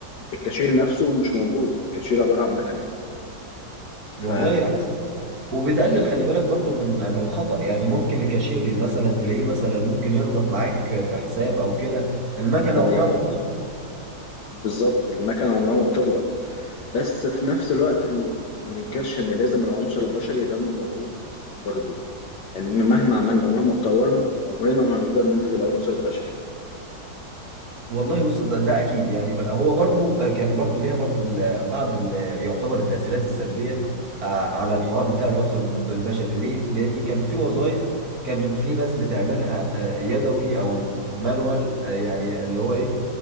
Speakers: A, on the left (about 70°); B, on the right (about 55°).
A: الكاشير نفسه مش موجود الكاشير عبارة عن مكنة ف
B: والله حسن وبتقلل خلي بالك برضو من من الخطأ يعني ممكن الكاشير مثلا تلاقيه مثلا ممكن يغلط معاك في حساب او كده المكنه
A: تمام
B: عمرها ما بتغلط
A: بالظبط المكنة عمرها ما بتغلط بس في نفس الوقت ال- ما ننكرش ان لازم العنصر البشري ده إنه موجود برضه يعني ان مهما عملنا ومهما اتطورنا عمرنا ما هنقدر نلغي العنصر البشري
B: والله بص ده, ده اكيد يعني بقى هو برضو آه، كان برضو ليها برضو ال- بعض ال- يعتبر التاثيرات السلبيه آه، على الحوار بتاع العنصر البشري ليه لان كان في وظائف كانت في ناس بتعملها آه، يدوي او مانوال يعني اللي هو ايه